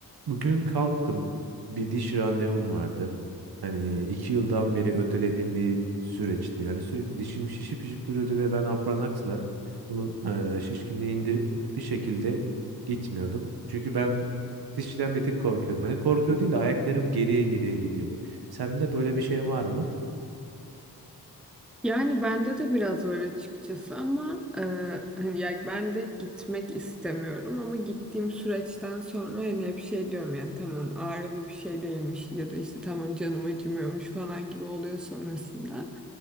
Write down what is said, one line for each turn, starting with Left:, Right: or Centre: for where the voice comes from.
Right: Bugün kalktım. Bir diş randevum vardı. Hani iki yıldan beri ötelediğim bir süreçti. Hani sürekli dişim şişip şişip duruyordu ve ben Apranax'la bunun eee, şişkinliği indirip bir şekilde gitmiyordum. Çünkü ben dişçiden bir tek korkuyorum. Hani korkuyor değil de ayaklarım geriye geriye gidiyor. Sende böyle bir şey var mı?
Centre: Yani bende de biraz var açıkçası ama e, hani yani ben de gitmek istemiyorum ama gittiğim süreçten sonra hani hep şey diyorum yani tamam ağrılı bir şey değilmiş ya da işte tamam canım acımıyormuş falan gibi oluyor sonrasında.